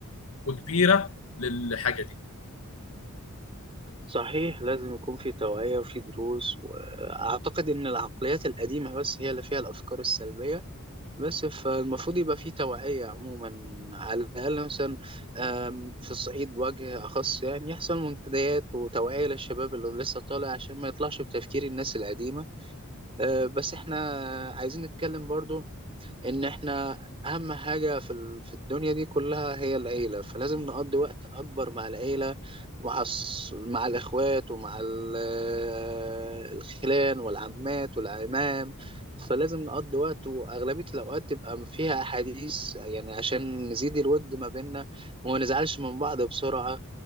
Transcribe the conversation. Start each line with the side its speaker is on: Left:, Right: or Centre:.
Left: وكبيرة للحاجة دي
Right: صحيح لازم يكون في توعية وفي دروس وأعتقد إن العقليات القديمة بس هي اللي فيها الأفكار السلبية بس فالمفروض يبقى في توعية عموما على الأقل مثلا آم، في الصعيد بوجه أخص يعني يحصل منتديات وتوعية للشباب اللي لسه طالع عشان ما يطلعش بتفكير الناس القديمة آه، بس احنا عايزين نتكلم برضو ان احنا اهم حاجة في ال- في الدنيا دي كلها هي العيلة فلازم نقضي وقت اكبر مع العيلة مع الص- مع الاخوات ومع ال- آه، الخلان والعمات والعمام فلازم نقضي وقت واغلبية الاوقات تبقى فيها احاديث يعني عشان نزيد الود ما بيننا وما نزعلش من بعض بسرعة